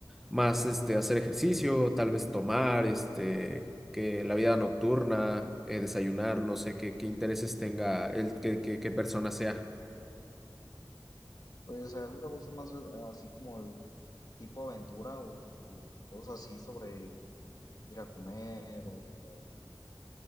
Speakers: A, in the centre; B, on the left.
A: más este hacer ejercicio, tal vez tomar, este, que la vida nocturna, eh, desayunar, no sé qué, qué intereses tenga él, qué, qué, qué persona sea.
B: Pues a él le gusta más eh, así como el tipo aventura o cosas así sobre ir a comer o